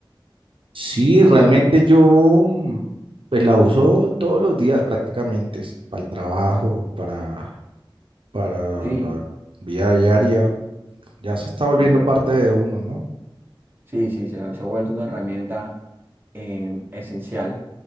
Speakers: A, on the right; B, on the right.
A: Sí, realmente yo mm, pues la uso todos los días prácticamente, es para el trabajo, para, para
B: Sí,
A: la vida diaria. Ya se está volviendo
B: súper.
A: parte de uno, ¿no?
B: Sí, sí, se ha, se ha vuelto una herramienta eh, esencial.